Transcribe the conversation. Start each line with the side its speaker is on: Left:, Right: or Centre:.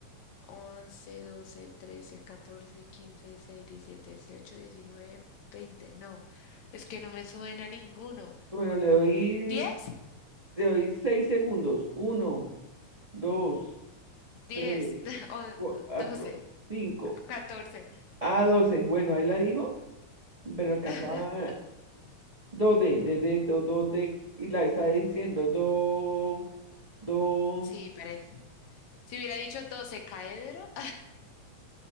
Left: once doce trece catorce quince 16, 17, 18, 19, 20. No, es que no me suena ninguno.
Right: Bueno, le doy,
Left: diez
Right: le doy seis segundos. Uno, dos,
Left: diez
Right: tres,
Left: <laughs> o-
Right: cuatro,
Left: 12,
Right: cinco.
Left: 14.
Right: a doce bueno, ahí la dijo, pero alcanzaba
Left: <laughs>
Right: 2D, d d D, do, do, d y la está diciendo, do, do,
Left: Sí, parece. Si hubiera dicho 12 caedro,